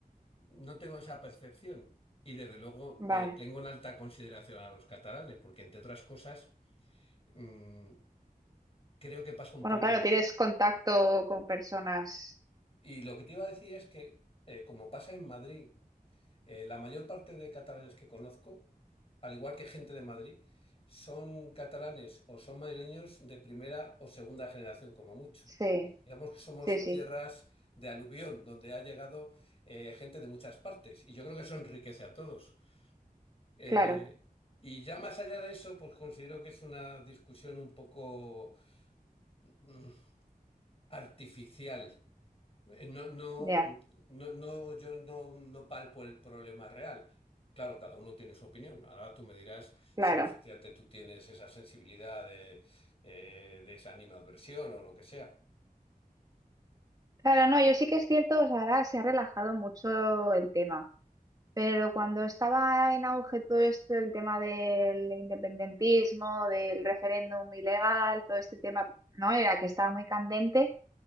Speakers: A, on the left; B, on the right.
A: no tengo esa percepción. Y desde luego
B: vale.
A: eh, tengo en alta consideración a los catalanes, porque entre otras cosas mm, creo que pasa un
B: Bueno,
A: poco
B: claro,
A: como...
B: tienes contacto con personas.
A: Y lo que te iba a decir es que, eh, como pasa en Madrid, Eh, la mayor parte de catalanes que conozco, al igual que gente de Madrid, son catalanes o son madrileños de primera o segunda generación, como mucho.
B: Sí,
A: Digamos que somos
B: sí, sí,
A: tierras de aluvión, donde ha llegado eh, gente de muchas partes, y yo creo que eso enriquece a todos. Eh,
B: claro,
A: y ya más allá de eso, pues considero que es una discusión un poco mm, artificial. Eh, No, no,
B: ya,
A: no, no, yo no, no palpo el problema real. Claro, cada uno tiene su opinión. Ahora tú me dirás
B: claro.
A: si efectivamente tú tienes esa sensibilidad de, eh, de esa animadversión o lo que sea.
B: Claro, no, yo sí que es cierto, o sea, ahora se ha relajado mucho el tema. Pero cuando estaba en auge todo esto, el tema del independentismo, del referéndum ilegal, todo este tema, ¿no? Era que estaba muy candente.